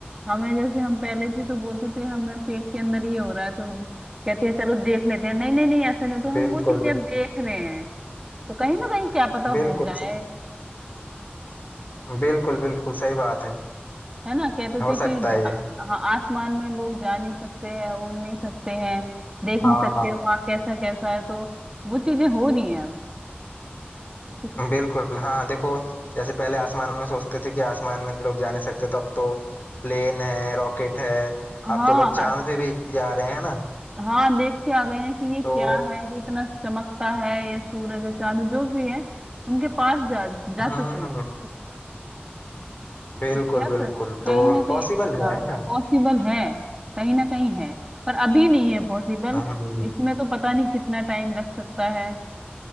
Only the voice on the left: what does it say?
बिल्कुल
बिल्कुल
बिल्कुल
बिल्कुल बिल्कुल सही बात है
हो
सकता
है ये
हाँ
बिल्कुल हाँ देखो जैसे पहले आसमान में सोचते थे कि आसमान में लोग जा नहीं सकते तो अब तो प्लेन है रॉकेट है
अब तो लोग चांद
पे भी जा रहे हैं ना
तो
हम्म
हम्म, बिल्कुल
बिल्कुल
तो
पॉसिबल है
है ना
हम्म,